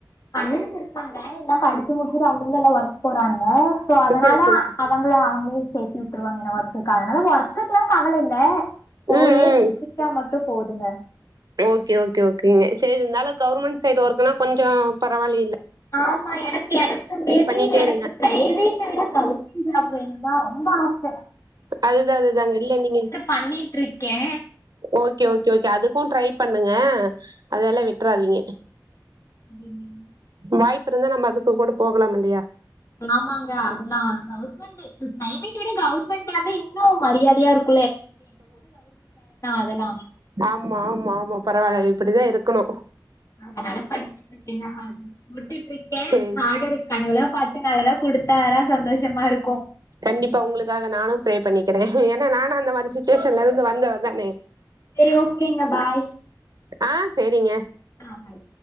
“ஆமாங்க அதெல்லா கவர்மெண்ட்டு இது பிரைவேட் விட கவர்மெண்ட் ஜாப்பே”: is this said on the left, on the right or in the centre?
Left